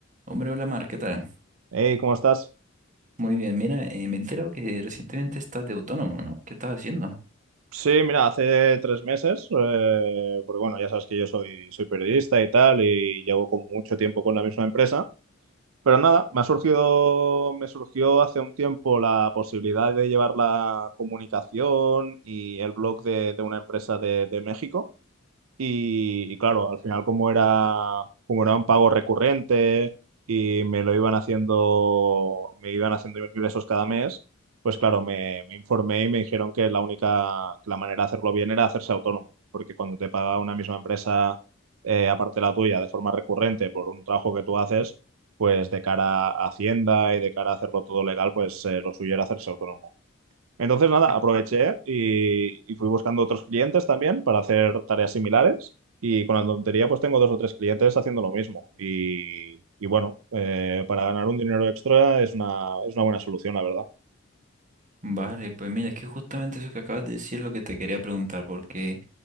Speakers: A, on the right; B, on the right.
A: Hombre, hola Mar, ¿qué tal?
B: Hey, ¿cómo estás?
A: Muy bien, mira, eh, me he enterado que recientemente estás de autónomo, ¿no? ¿Qué estás haciendo?
B: Sí, mira, hace tres meses, eh, porque bueno, ya sabes que yo soy, soy periodista y tal, y llevo como mucho tiempo con la misma empresa, pero nada, me ha surgido, me surgió hace un tiempo la posibilidad de llevar la comunicación y el blog de, de una empresa de, de México. Y, y claro, al final como era, como era un pago recurrente y me lo iban haciendo, me iban haciendo ingresos cada mes, pues claro, me, me informé y me dijeron que la única, que la manera de hacerlo bien era hacerse autónomo, porque cuando te paga una misma empresa, eh, aparte de la tuya, de forma recurrente por un trabajo que tú haces, pues de cara a Hacienda y de cara a hacerlo todo legal, pues eh, lo suyo era hacerse autónomo. Entonces, nada,
A: Ah,
B: aproveché y, y fui buscando otros clientes también para hacer tareas similares. Y con la tontería, pues tengo dos o tres clientes haciendo lo mismo. Y, y bueno, eh, para ganar un dinero extra es una, es una buena solución, la verdad.
A: Vale, pues mira, es que justamente eso que acabas de decir es lo que te quería preguntar, porque